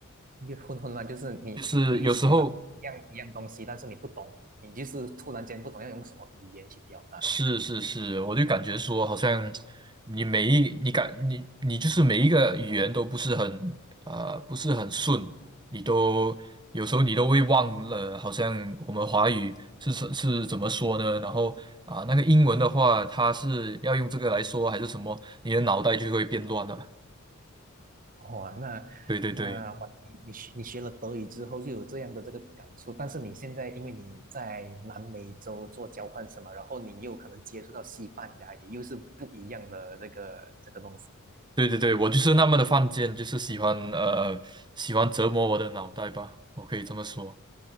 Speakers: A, on the right; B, on the right.
A: 越混混乱就是你你你想到一样一样东西，
B: 就是有时候。
A: 但是你不懂，你就是突然间不懂要用什么语言去表达呢？
B: 是是是，
A: <laughs>
B: 我就感觉说，好像你每一你感你你就是每一个语言都不是很呃不是很顺，你都有时候你都会忘了，好像我们华语是是是怎么说呢？然后啊、那个英文的话，它是要用这个来说还是什么？你的脑袋就会变乱了。
A: 哇，那那哇你你学你学了德语之后就有这样的这个感触，
B: 对对对
A: 但是你现在因为你在南美洲做交换什么，然后你又可能接触到西班牙语，也又是不一样的这个这个东西。
B: 对对对，我就是那么的犯贱，就是喜欢呃喜欢折磨我的脑袋吧，我可以这么说。